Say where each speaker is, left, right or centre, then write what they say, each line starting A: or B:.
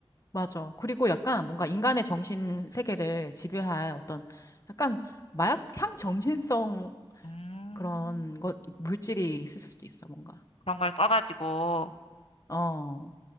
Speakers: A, on the left (about 35°); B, on the left (about 80°).
A: 맞아. 그리고 약간 뭔가 인간의 정신 세계를 지배할 어떤 약간 마약향 정신성
B: 음,
A: 그런 것, 물질이 있을 수도 있어, 뭔가.
B: 그런 걸 써가지고.
A: 어,